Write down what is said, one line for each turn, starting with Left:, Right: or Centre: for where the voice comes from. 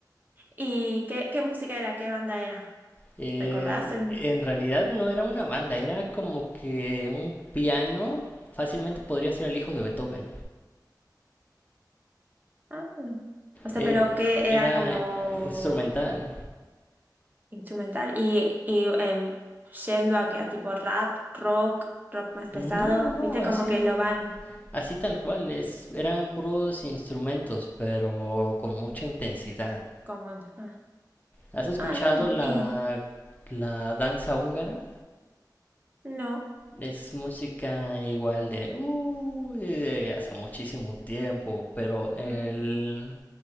Right: ¿Y qué, qué música era? ¿Qué banda era?
Left: Eh,
Right: ¿Recordás? El-
Left: en realidad no era una banda, era como que un piano fácilmente podría ser el hijo de Beethoven.
Right: Ah. O sea,
Left: Eh,
Right: pero que
Left: era
Right: era como
Left: instrumental.
Right: instrumental y, y em, yendo a que a tipo rap, rock, rock más pesado,
Left: No, no, no,
Right: viste
Left: así,
Right: como que lo van...
Left: así tal cual. Es, eran puros instrumentos, pero con mucha intensidad.
Right: Como, ah,
Left: ¿Has escuchado
Right: ah, bueno,
Left: la,
Right: y
Left: la danza húngara?
Right: no.
Left: Es música igual de, uy, de hace muchísimo tiempo, pero el...
Right: Ujú.